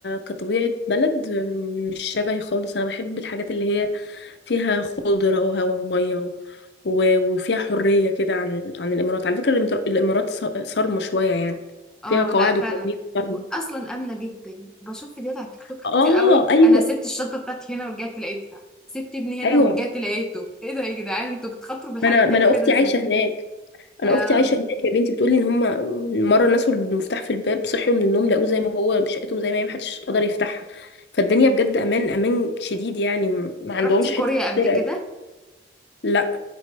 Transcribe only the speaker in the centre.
اه
لا فعلا
اصلا امنه جدا بشوف فيديوهات على التيك توك كتير
قوي
انا سبت الشنطه بتاعتي هنا ورجعت لقيتها سبت ابني هنا
ورجعت لقيته ايه ده يا جدعان انتوا بتخاطروا بالحاجات
بتاعتكم
كده
ازاي
آه...
رحت كوريا
قبل
كده